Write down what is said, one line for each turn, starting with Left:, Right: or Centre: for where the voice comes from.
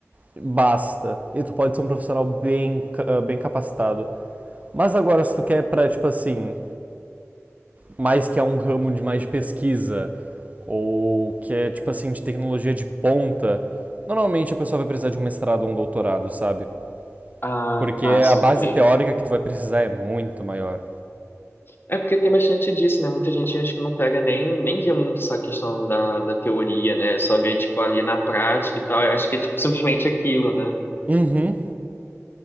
Right: basta. E tu pode ser um profissional bem, bem capacitado. Mas agora, se tu quer pra, tipo assim, mais que é um ramo de mais de pesquisa, ou que é, tipo assim, de tecnologia de ponta, normalmente a pessoa vai precisar de um mestrado ou um doutorado, sabe?
Left: Ah,
Right: Porque
Left: tá, saquei.
Right: a base teórica que tu vai precisar é muito maior.
Left: É porque tem bastante disso, né? Muita gente acho que não pega nem, nem vê muito essa questão da, da teoria, né? Só vê, tipo, ali na prática e tal. Eu acho que é tipo, simplesmente aquilo, né?
Right: Uhum.